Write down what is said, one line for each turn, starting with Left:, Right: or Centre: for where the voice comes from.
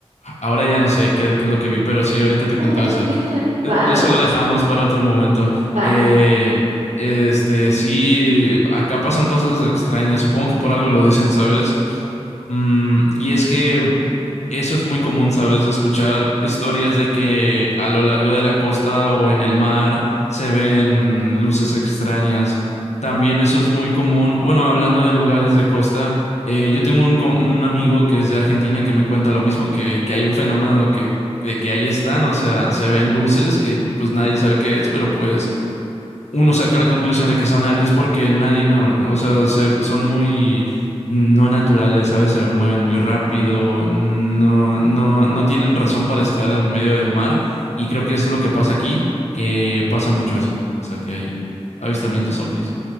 Left: Ahora ya no sé qué, qué es lo que vi, pero sí, ahorita te cuento
Right: <laughs>
Left: eso. Eh,
Right: Wow.
Left: Eso lo dejamos para otro momento.
Right: Va.
Left: Eh, este, sí, acá pasan cosas extrañas. Supongo que por algo lo dicen, ¿sabes? Mm, y es que eso es muy común, ¿sabes? Escuchar historias de que a lo largo de la costa o en el mar se ven luces extrañas. También eso es muy común, bueno, hablando de lugares de costa. Eh, yo tengo un, com- un amigo que es de Argentina que me cuenta lo mismo, que, que hay un fenómeno que, de que ahí están, o sea, se ven luces que pues nadie sabe qué es, pero pues uno saca la conclusión de que son aliens porque nadie no, o sea, se- son muy no naturales, ¿sabes? Se mueven muy rápido, no, no, no tienen razón para estar en medio del mar y creo que es lo que pasa aquí, que pasa mucho eso, o sea, que hay avistamientos ovnis.